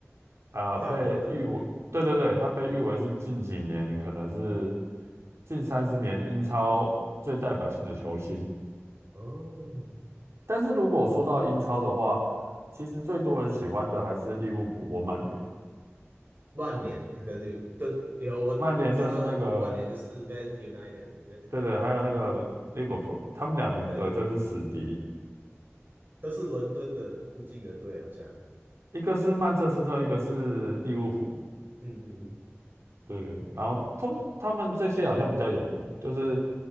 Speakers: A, on the right; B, on the right.
A: 呃被誉为，
B: 法国的。
A: 对对对，他被誉为是近几年可能是近三十年英超最代表性的球星。
B: 哦，
A: 但是如果说到英超的话，其实最多人喜欢的还是利物浦或曼联。
B: 曼联，他跟利都有我我知道，
A: 曼联就是那个，
B: 曼联就是 Man United，Man
A: 对对，还有那个利物浦，他们两个就是死敌，
B: <laughs> 对利物浦，都是伦敦的附近的队，好像。
A: 一个是曼彻斯特，一个是利物浦。
B: 嗯嗯嗯。
A: 对，然后通他们这些好像比较有名，就是